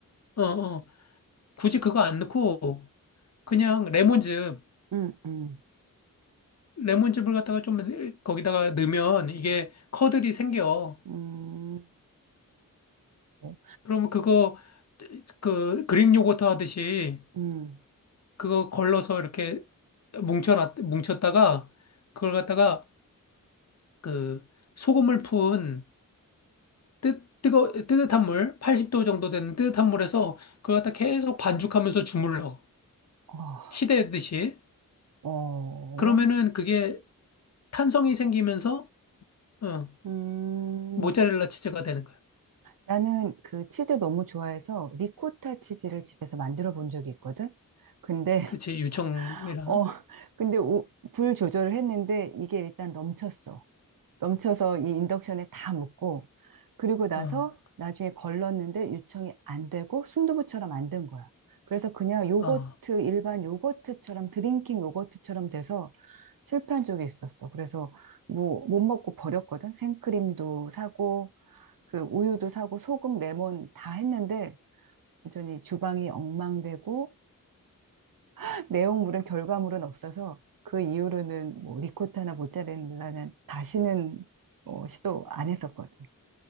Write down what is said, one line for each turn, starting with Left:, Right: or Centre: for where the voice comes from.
Left: 어, 어, 굳이 그거 안 넣고 그냥 레몬즙
Right: 응, 응,
Left: 레몬즙을 갖다가 좀 거기다가 넣으면 이게 커들이 생겨
Right: 음, 그래.
Left: 그러면 그거 그 그릭 요거트 하듯이
Right: 음,
Left: 그거 걸러서 이렇게 뭉쳐놨, 뭉쳤다가 그걸 갖다가 그 소금을 푼 뜨, 뜨거, 뜨뜻한 물, 80도 정도 되는 뜨뜻한 물에서 그걸 갖다 계속 반죽하면서 주물러.
Right: 어,
Left: 치대듯이.
Right: 어,
Left: 그러면은 그게 탄성이 생기면서, 어,
Right: 음.
Left: 모짜렐라 치즈가 되는 거야.
Right: 나는 그 치즈 너무 좋아해서 리코타 치즈를 집에서 만들어 본 적이 있거든? 근데,
Left: 그치,
Right: <laughs>
Left: 유청이랑.
Right: 어, 근데 우- 불 조절을 했는데 이게 일단 넘쳤어. 넘쳐서 이 인덕션에 다 묻고 그리고 나서
Left: 어,
Right: 나중에 걸렀는데 유청이 안 되고 순두부처럼 안 된 거야. 그래서 그냥 요거트
Left: 어,
Right: 일반 요거트처럼 드링킹 요거트처럼 돼서 실패한 적이 있었어. 그래서 뭐 못 먹고 버렸거든. 생크림도 사고 그 우유도 사고 소금, 레몬 다 했는데 완전히 주방이 엉망되고 <laughs> 내용물은 결과물은 없어서 그 이후로는 뭐 리코타나 모짜렐라는 다시는 어, 시도 안 했었거든.